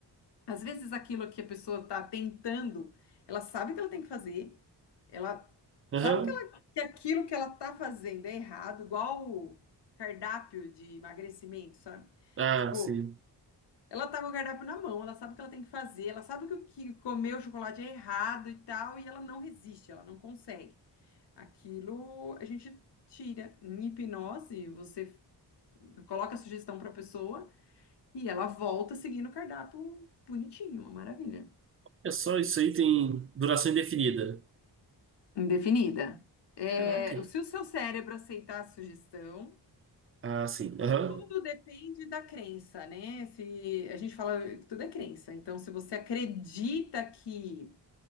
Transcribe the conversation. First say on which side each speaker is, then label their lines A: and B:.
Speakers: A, on the left; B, on the right.
A: Às vezes aquilo que a pessoa está tentando, ela sabe que ela tem que fazer, ela
B: aham.
A: sabe que, ela, que aquilo que ela está fazendo é errado, igual o cardápio de emagrecimento, sabe?
B: Ah,
A: Tipo,
B: sim.
A: ela tá com o cardápio na mão, ela sabe o que ela tem que fazer, ela sabe que, o que comer o chocolate é errado e tal, e ela não resiste, ela não consegue. Aquilo a gente tira. Em hipnose, você coloca a sugestão para a pessoa e ela volta seguindo o cardápio bonitinho, uma maravilha.
B: É só isso aí, tem duração indefinida.
A: Indefinida. É,
B: Caraca.
A: se o seu cérebro aceitar a sugestão,
B: Ah, sim. Aham,
A: tudo depende da crença, né? Se a gente fala que tudo é crença, então se você acredita que,